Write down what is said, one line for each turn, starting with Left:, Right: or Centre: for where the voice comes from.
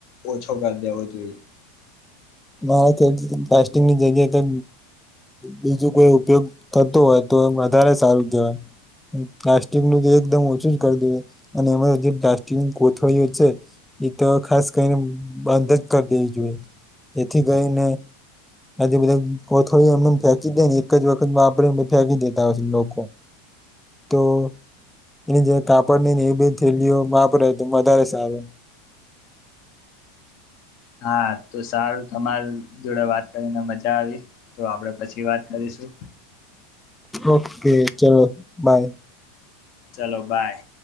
Left: ઓછો કરી દેવો જોઈએ.
Centre: મારે ખ્યાલે પ્લાસ્ટિકની જગ્યા એ તો. બીજું કોઈ ઉપયોગ કરતો હોય તો એ વધારે સારું કહેવાય. પ્લાસ્ટિકનું તો એકદમ ઓછું જ કર દઈએ અને એમાં જે પ્લાસ્ટિકની કોથળીઓ છે. ઈ તો ખાસ કરીને બંધ જ કર દેવી જોઈએ જેથી કરીને. આજે બધા કોથળીઓ એમને એમ ફેંકી દે ને એક જ વખત વાપરે ને પછી ફેંકી દેતા હોય છે લોકો. તો. એની જે કાપડની ને એવી બધી થેલીઓ વાપરે તો વધારે સારું.
Left: હા તો સારું તમાર જોડે વાત કરીને મજા આવી. તો આપડે પછી વાત કરીશું.
Centre: ઓકે ચલો બાય.
Left: ચલો બાય.